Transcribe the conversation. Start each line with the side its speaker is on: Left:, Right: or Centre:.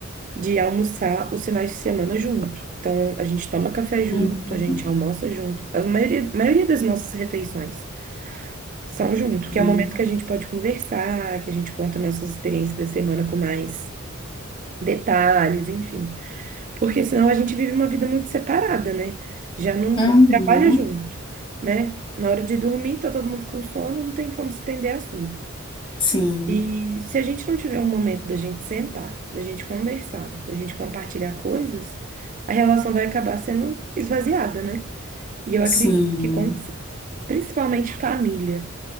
Right: de almoçar os finais de semana junto. Então, a gente toma café junto,
Left: Uhum.
Right: a gente almoça junto. A maioria, a maioria das nossas refeições são junto,
Left: Sim.
Right: que é o momento que a gente pode conversar, que a gente conta nossas experiências da semana com mais. detalhes, enfim. Porque senão a gente vive uma vida muito separada, né? Já não
Left: Uhum.
Right: trabalha junto, né? Na hora de dormir, tá todo mundo com sono, não tem como se estender assunto.
Left: Sim.
Right: E se a gente não tiver um momento da gente sentar, da gente conversar, da gente compartilhar coisas, a relação vai acabar sendo esvaziada, né? E eu acredito
Left: Sim.
Right: que, com- principalmente família,